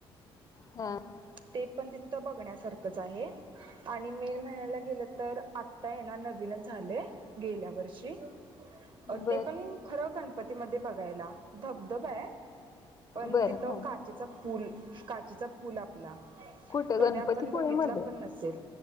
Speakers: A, on the left; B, on the right.
A: हां.
B: ते पण ती त बघण्यासारखंच आहे आणि मे महि्याला गेलं तर आ ता येणार नवीनच झालेय गेल्या वर्षी अ
A: बरं,
B: ते पण खरं गणपती मधे बघायला धबधबा आहे पण
A: बरं.
B: तिथं
A: हां.
B: का चेचा पूल काचीचा पूल आपला
A: कुठं
B: कधी
A: गणपतीपुळेमध्ये?
B: आपण बघितला पण नस सेल